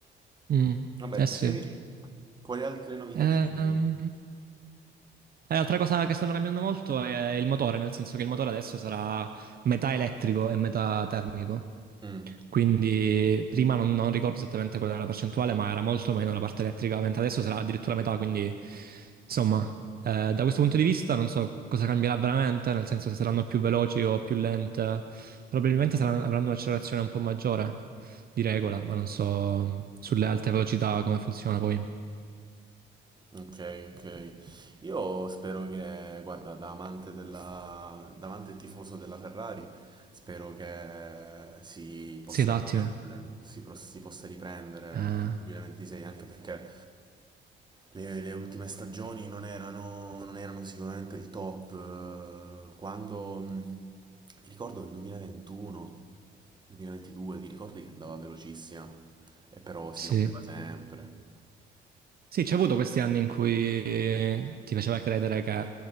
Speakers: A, on the right; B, on the right.
A: Mm,
B: Vabbè,
A: eh
B: dicevi?
A: sì.
B: Quali altre novità
A: Ehm,
B: ci sono?
A: E l'altra cosa che stanno cambiando molto è il motore, nel senso che il motore adesso sarà metà elettrico e metà termico.
B: Mm.
A: Quindi prima non, non ricordo esattamente qual era la percentuale, ma era molto meno la parte elettrica, mentre adesso sarà addirittura metà, quindi insomma, eh, da questo punto di vista non so cosa cambierà veramente, nel senso se saranno più veloci o più lente, probabilmente saranno- avranno un'accelerazione un po' maggiore di regola, ma non so mm, sulle alte velocità come funziona poi.
B: Ok, ok. Io spero che, guarda, da amante della, da amante e tifoso della Ferrari, spero che si possa
A: Si adattino.
B: riprendere, si, pro- si possa riprendere
A: Eh,
B: nel 2026, anche perché le, le ultime stagioni non erano, non erano sicuramente il top. eh, Quando, mh, mi ricordo il 2021, 2022, ti ricordi che andava velocissima e però si
A: sì.
B: rompeva sempre.
A: Sì, c'è avuto questi anni in cui eh, ti faceva credere che